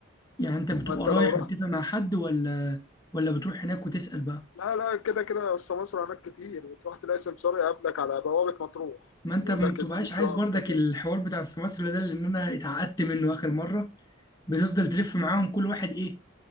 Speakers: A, on the left; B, on the left.
A: يعني أنت بتبقى
B: فانت
A: رايح
B: لو رحت
A: متفق مع حد ولا ولا بتروح هناك وتسأل بقى
B: لا لا كده كده بس مصر هناك كتير وتروح تلاقي سمسار يقابلك على بوابة مطروح
A: ما أنت
B: يقول
A: ما
B: لك
A: بتبقاش
B: إن في شقق
A: عايز برضك
B: كذا
A: الحوار بتاع السمسرة ده لأن أنا اتعقدت منه آخر مرة بتفضل تلف معاهم كل واحد إيه